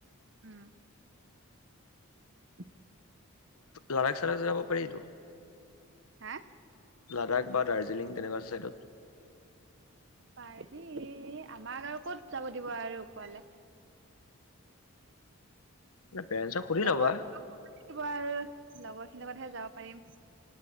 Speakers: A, on the right (about 55°); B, on the left (about 80°).
A: উম <inaudible>
B: লড়াক <unintelligible> চাৰ়াক যাব পাৰি তো
A: হা
B: লাডাখ বা দাৰ্জিলিং তেনেকুৱা ছাইডত
A: পাৰি আমাক আৰু ক'ত যাব দিব আৰু ওপলে
B: মানে পেৰেণ্টছক সুধি
A: লগৰ
B: ল'বা
A: বিকিব <unintelligible> আৰু লগৰ খিনিৰ লগতহে যাব পাৰিম